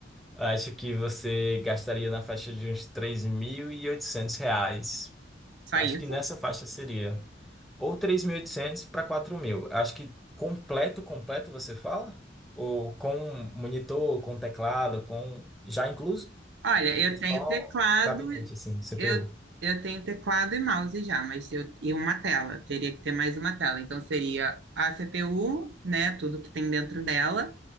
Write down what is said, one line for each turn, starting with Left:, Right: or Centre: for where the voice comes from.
Centre: Acho que você gastaria na faixa de uns 3.800 reais.
Right: Só
Centre: Acho
Right: isso?
Centre: que nessa faixa seria. Ou 3.800 para 4.000. Acho que completo, completo você fala? Ou com monitor, com teclado, com... Já incluso?
Right: Olha, eu
Centre: Ou só
Right: tenho teclado,
Centre: gabinete, assim, CPU?
Right: eu, eu tenho teclado e mouse já, mas eu, e uma tela, teria que ter mais uma tela. Então seria a CPU, né, tudo que tem dentro dela,